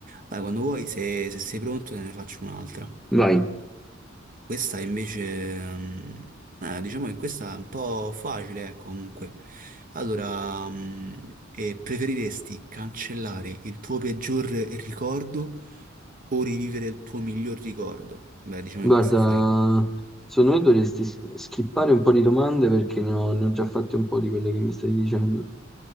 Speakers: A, on the right (about 45°); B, in the centre.
A: Allora, quando vuoi, se, se sei pronto, te ne faccio un'altra.
B: Vai.
A: Questa invece, mm, eh, diciamo che questa è un po' facile, ecco, comunque. Allora, mm, eh, preferiresti cancellare il tuo peggior ricordo o rivivere il tuo miglior ricordo? Beh, diciamo
B: Guarda,
A: che questo è facile.
B: secondo me dovresti s- skippare un po' di domande perché ne ho, ne ho già fatte un po' di quelle che mi stai dicendo.